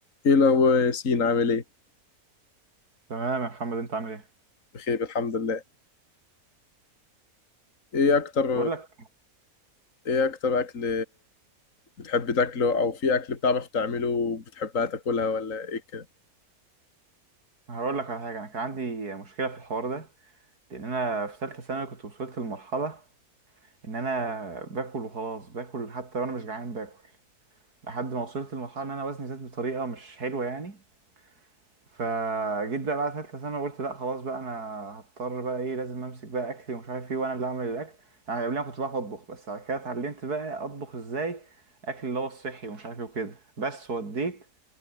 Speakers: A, on the left; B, on the right.
A: ايه الاخبار يا ياسين عامل ايه
B: تمام يا محمد انت عامل ايه
A: بخير الحمد لله ايه اكتر
B: بقول لك
A: ايه اكتر اكل بتحب تاكله او في اكل بتعرف تعمله وبتحبها تاكلها ولا ايه كده
B: هقول لك على حاجه انا كان عندي مشكله في الحوار ده لان انا في ثالثه ثانوي كنت وصلت لمرحله ان انا باكل وخلاص باكل حتى وانا مش جعان باكل لحد ما وصلت لمرحله ان انا وزني زاد بطريقه مش حلوه يعني فجيت بقى بعد ثالثه ثانوي قلت لا خلاص بقى انا هضطر بقى ايه لازم امسك بقى اكلي ومش عارف ايه وانا اللي اعمل الاكل يعني قبل ما كنت بعرف اطبخ بس بعد كده اتعلمت بقى اطبخ ازاي اكل اللي هو الصحي ومش عارف ايه وكده بس وديت